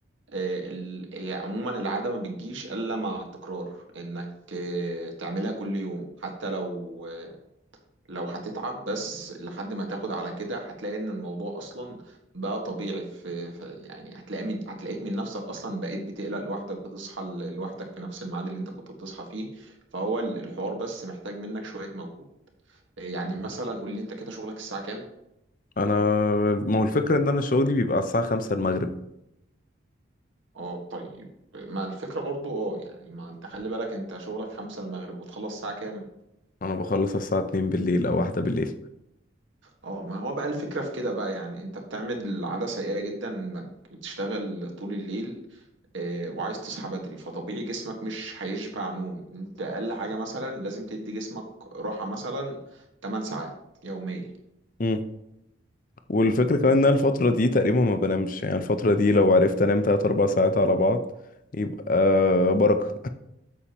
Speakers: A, on the right (about 75°); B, on the left (about 45°).
A: آه، ال- هي عموما العادة ما بتجيش إلا مع التكرار إنك آه، تعملها كل يوم حتى لو آه، لو هتتعب بس لحد ما تاخد على كده هتلاقي إن الموضوع أصلا بقى طبيعي في في- يعني هتلاقي من هتلاقيك من نفسك أصلا بقيت بتقلق لوحدك بتصحى ل- لوحدك في نفس الميعاد اللي أنت كنت بتصحى فيه فهو ال- الحوار بس محتاج منك شوية مجهود آه، يعني مثلا قول لي أنت كده شغلك الساعة كام؟
B: انا ما هو الفكرة ان انا شغلي بيبقى الساعة خمسة المغرب
A: أه طيب ما الفكرة برضو اه يعني ما انت خلي بالك انت شغلك خمسة المغرب وتخلص الساعة كام
B: انا بخلص الساعة اتنين بالليل او واحدة بالليل
A: اه ما هو بقى الفكرة في كده بقى يعني انت بتعمل عادة سيئة جدا انك بتشتغل طول الليل آه، وعايز تصحى بدري فطبيعي جسمك مش هيشبع نوم انت اقل حاجة مثلا لازم تدي جسمك راحة مثلا 8 ساعات يومية
B: امم والفكرة كمان ان انا الفترة دي تقريبا ما بنامش يعني الفترة دي لو عرفت انام تلات اربع ساعات على بعض يبقى بركة